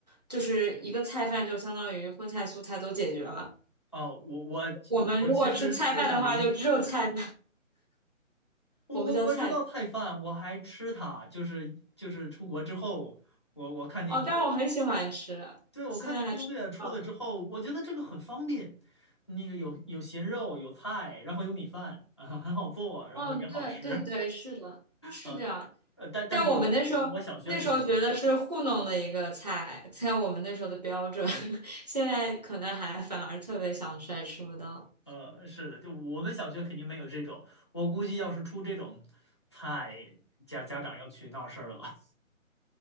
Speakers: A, on the right (about 30°); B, on the left (about 20°).
A: 就是一个菜饭就相当于荤菜素菜都解决了。
B: 哦，我我我其实这两年吃，
A: 我们如果吃菜饭的话，就只有菜饭，
B: 我我我知道菜饭，
A: 我们叫菜
B: 我还吃它，就是就是出国之后，我我看见。
A: 哦，但我很喜欢吃，
B: 对，我看见攻略出了之后，
A: 现在还吃不到呢。
B: 我觉得这个很方便，那个有有咸肉，有菜，然后有米饭，啊，很好做，然后也好吃，
A: 嗯，对对对，是的，是这样。
B: 啊，呃，但但是我我我小学肯定没有，
A: 但我们那时候那时候觉得是糊弄的一个菜，在我们那时候的标准，<laughs> 现在可能还反而特别想吃，还吃不到。
B: 呃，是的，就我们小学肯定没有这种，我估计要是出这种菜，家家长要去闹事儿了